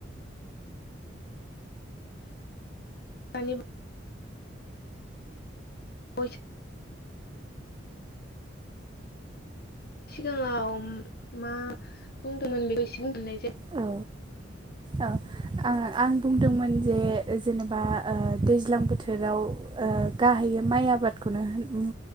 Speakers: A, on the left; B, on the right.
A: दानि बावैसो सिगाङाव मा बुंदोंमोन बेखौ एसे बुंफिनाय जायो।
B: औ औ आ आं बुंदोंमोन जे जेनेबा दैज्लां बोथोराव गाहायै माइ आबादखौनो होन